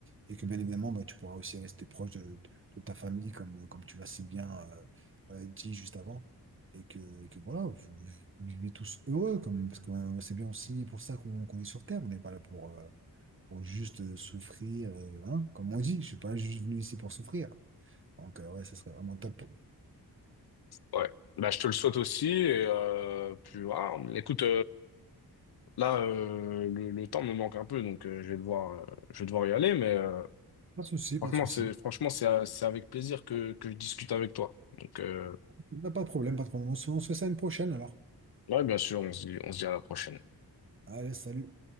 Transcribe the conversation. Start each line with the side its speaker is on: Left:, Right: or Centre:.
Right: Et que bien évidemment, bah, tu pourras aussi rester proche de, de- de ta famille, comme, comme tu l'as si bien euh, euh, dit juste avant. Et que, et que voilà, vous, vous vivez tous heureux, comme, parce que euh, c'est bien aussi pour ça qu'on qu'on est sur Terre. On n'est pas là pour. euh, pour juste euh, souffrir, euh, hein, comme on dit, je suis pas juste venu ici pour souffrir. Donc, euh, ouais, ce serait vraiment top.
Left: Ouais. Bah, je te le souhaite aussi et euh, puis voilà. Écoute, Là, euh, le, le temps me manque un peu, donc euh, je vais devoir, euh, je vais devoir y aller, mais euh,
Right: Pas de souci, pas
Left: franchement,
Right: de souci.
Left: c'est, franchement, c'est, euh, c'est avec plaisir que, que je discute avec toi. Donc, euh,
Right: Bah, Pas de problème, pas de problème. On se on se fait ça une prochaine alors.
Left: ouais, bien sûr, on se dit, on se dit à la prochaine.
Right: Allez, salut.